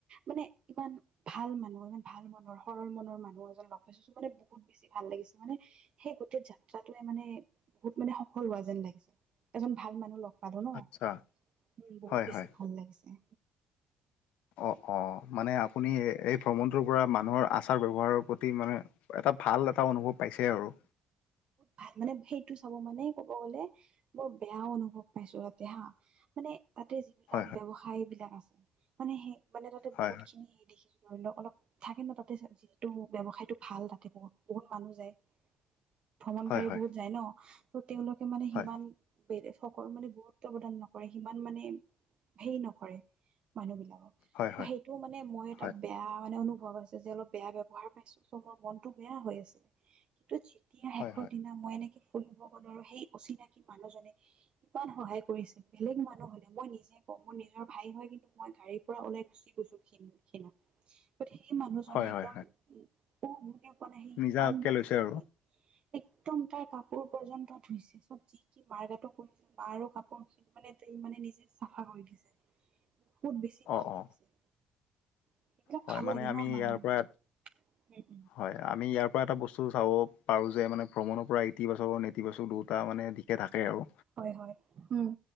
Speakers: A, on the right; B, on the left.
A: মানে ইমান ভাল মানুহ ইমান ভাল মনৰ সৰল মনৰ মানুহ এজন লগ পাইছো মানে বহুত বেছি ভাল লাগিছে মানে সেই গোটেই যাত্ৰাটোৱে মানে বহুত মানে সফল হোৱা যেন লাগিছে এজন ভাল মানুহ লগ পালো ন'
B: আচ্ছা
A: উম বহুত
B: হয়
A: বেছি
B: হয়
A: ভাল লাগিছে।
B: অ', - অ', মানে আপুনি এই ভ্ৰমণ পৰা মানুহৰ আচাৰ ব্যৱহাৰৰ প্ৰতি মানে এটা ভাল এটা অনুভৱ পাইছে আৰু।
A: ভাল মানে সেইটো চাব মানে কব গ'লে বৰ বেয়া অনুভৱ পাইছো তাতে হা মানে তাতে যিবিলাক
B: হয় হয়
A: ব্যৱসায় বিলাক আছে মানে সেই মানে তাতে
B: হয়
A: বহুতখিনি দেখিছোঁ ধৰি লক অলপ থাকে ন' তাতে যিহেতু ব্যৱসায়টো ভাল তাতে বহুত- বহুত মানুহ যায়। ভ্ৰমণকাৰী
B: হয় হয় হয়
A: বহুত যায় ন' তেওঁলোকে মানে সিমান
B: হয়
A: বে সকলো মানে গুৰুত্ব প্ৰদান নকৰে সিমান মানে হেৰি নকৰে মানুহবিলাক
B: হয়
A: ত'সেইটো
B: হয়
A: মানে মই এটা
B: হয়
A: বেয়া মানে অনুভ ভৱ হৈছে যে অলপ বেয়া ব্যাৱহাৰ পাইছো চ' মোৰ মনটো বেয়া হৈ আছে কিন্তু এতিয়া শেষৰ
B: হয় হয়
A: দিনা মই এনেকে <unintelligible> সেই অচিনাকি মানুহজনে ইমান সহায় কৰিছে বেলেগ মানুহ হলে মই নিজে ক মোৰ নিজৰ ভাই হয় কিন্তু, মই গাড়ীৰ পৰা ওলাই গুচি গৈছো ঘি- ঘিনত। সেই মানুহজনে
B: হয়
A: একদম
B: হয় হয়
A: উহ- হুৰ কে কোৱা নাই সি
B: নিজাকে
A: ইমান মানে
B: লৈছে
A: সেই
B: আৰু
A: একদম তাৰ কাপোৰ পৰ্যন্ত ধুইছে চব কি- কি মাৰ গাটো পৰিছে বা আৰু কাপোৰ খিনি মানে তে মানে নিজে চাফা কৰি দিছে বহুত বেছি
B: অ
A: ভাল লাগিছে।
B: অ
A: সেইবিলাক
B: হয়,
A: ভাল
B: মানে
A: লাগে
B: আমি
A: ন মা
B: ইয়াৰ
A: উম
B: পৰা
A: উম
B: হয় আমি ইয়াৰ পৰা এটা বস্তু চাব পাৰো যে মানে ভ্ৰমণৰ পৰা ইতিবাচক -নেতিবাচক এটা মানে দিশে থাকে আৰু
A: হয় হয় উম